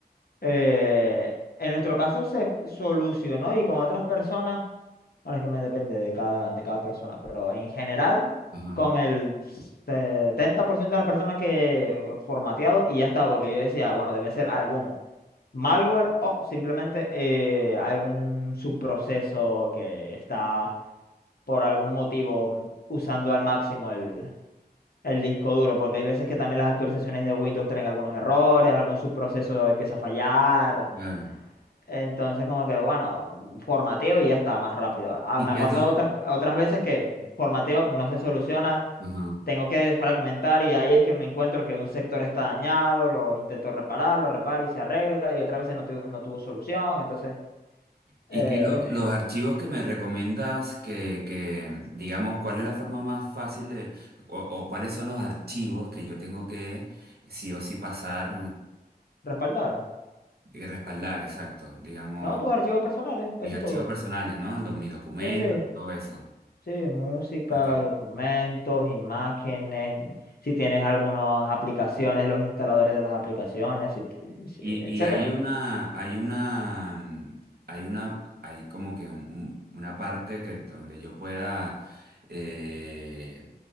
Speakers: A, on the left; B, on the right.
A: Eh, en nuestro caso se solucionó y con otras personas, bueno, es que me depende de cada, de cada persona, pero en general,
B: ajá,
A: con el 70% de las personas que formateado y ya está, porque yo decía, bueno, debe ser algún malware o simplemente eh, algún subproceso que está por algún motivo usando al máximo el, el disco duro, porque hay veces que también las actualizaciones de Windows traen algunos errores, algún subproceso empieza a fallar.
B: claro.
A: Entonces, como que, bueno, formateo y ya está, más rápido. Ah,
B: ¿Y
A: me
B: qué
A: ha pasado
B: es lo,
A: otras, otras veces que formateo no se soluciona,
B: ajá.
A: tengo que fragmentar y ahí es que me encuentro que un sector está dañado, lo intento reparar, lo reparo y se arregla y otra vez no, tu- no tuvo solución, entonces
B: ¿Y
A: eh,
B: qué lo- los archivos que me recomiendas que, que, digamos, cuál es la forma más fácil de, o, o cuáles son los archivos que yo tengo que sí o sí pasar,
A: respaldar.
B: eh, respaldar, exacto, digamos.
A: No, tus archivos personales,
B: mis
A: eso
B: archivos
A: es todo.
B: personales, ¿no? Los, mis documentos
A: Sí, sí,
B: y todo eso.
A: sí, música,
B: Porque,
A: documentos, imágenes, si tienes algunas aplicaciones, los instaladores de las aplicaciones, si- si-
B: y,
A: etcétera.
B: y hay una, hay una, mm, hay una, hay como que un- un- una parte que donde yo pueda eh,